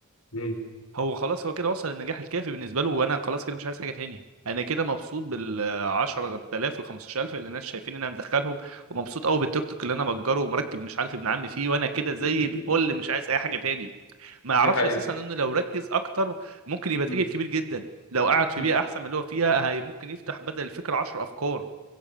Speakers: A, on the left; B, on the right.
A: مم.
B: هو خلاص هو كده وصل للنجاح الكافي بالنسبه له وانا خلاص كده مش عايز حاجه تاني انا كده مبسوط بال 10000 وال 15000 اللي الناس شايفين ان انا مدخلهم ومبسوط قوي بالتيك توك اللي انا مأجره ومركب مش عارف ابن عمي فيه وانا كده زي
A: <laughs>
B: الفل مش عايز اي حاجه تاني ما يعرفش
A: دي حقيقة
B: اساسا انه لو ركز اكتر ممكن يبقى
A: مم.
B: تاجر كبير جدا لو قعد في
A: مم.
B: بيئه احسن من اللي هو فيها هي ممكن يفتح بدل الفكره 10 افكار